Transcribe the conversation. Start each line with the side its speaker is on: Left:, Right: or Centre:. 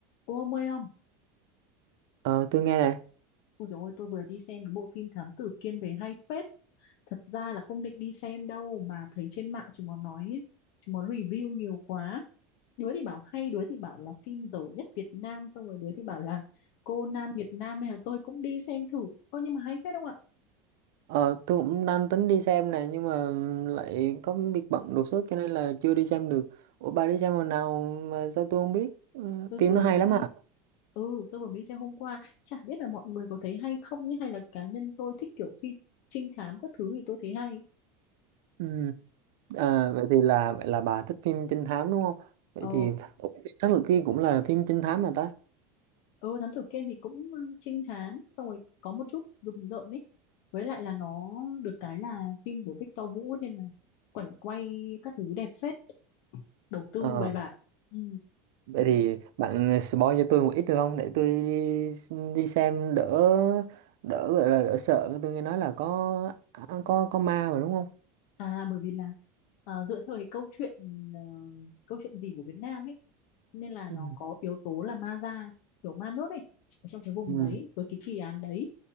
Left: Cô ông ơi không?
Right: Ờ, tôi nghe này.
Left: Ôi dồi ôi, tôi vừa đi xem cái bộ phim Thám Tử Kiên về hay phết. Thật ra là không định đi xem đâu mà thấy trên mạng chúng nó nói, ấy, chúng nó review nhiều quá. Đứa thì bảo hay, đứa thì bảo là phim dở nhất Việt Nam, xong rồi đứa thì bảo là Conan Việt Nam nên là tôi cũng đi xem thử. Ôi nhưng mà hay phết không ạ?
Right: Ờ, tôi cũng đang tính đi xem này nhưng mà lại có việc bận đột xuất cho nên là chưa đi xem được. Ủa bà đi xem hồi nào mà sao tôi không biết? Ừ,
Left: Tôi
Right: phim
Left: vừa
Right: nó hay
Left: mới
Right: lắm
Left: đi,
Right: hả?
Left: ừ tôi vừa mới đi xem hôm qua. Chả biết là mọi người có thấy hay không nhé hay là cá nhân tôi thích kiểu phim trinh thám các thứ thì tôi thấy hay.
Right: Ừ. À, vậy thì là vậy là bà thích phim trinh thám đúng không? Vậy
Left: Ờ.
Right: thì Ủa, Thám Tử Kiên cũng là phim trinh thám mà ta.
Left: ừ thám tử Kiên thì cũng ừ, trinh thám xong rồi có một chút rùng rợn ấy với lại là nó được cái là phim của Victor Vũ nên là cảnh quay các thứ đẹp phết đầu tư
Right: Ờ,
Left: bài bản ừ.
Right: vậy thì bạn spoil cho tôi một ít được không để tôi đi đi xem đỡ đỡ gọi là đỡ sợ tôi nghe nói là có có có ma mà đúng không?
Left: À bởi vì là ờ, dựa theo cái câu chuyện ờ, câu chuyện gì của Việt Nam ấy nên là
Right: Ừ.
Left: nó có yếu tố là ma da kiểu ma nước ấy ở trong cái vùng
Right: Ừ.
Left: đấy với cái kỳ án đấy